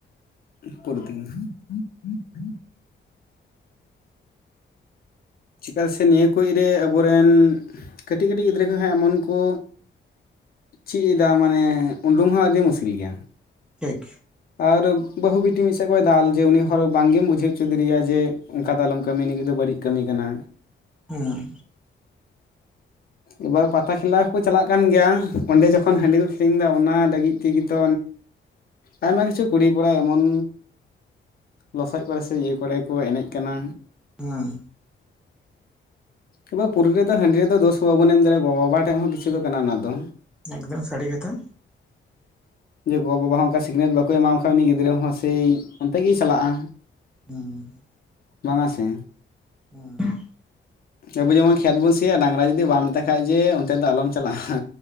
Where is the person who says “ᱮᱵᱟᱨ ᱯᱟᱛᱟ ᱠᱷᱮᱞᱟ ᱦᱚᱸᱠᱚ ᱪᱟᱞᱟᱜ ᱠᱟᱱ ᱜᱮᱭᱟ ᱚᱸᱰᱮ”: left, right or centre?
Left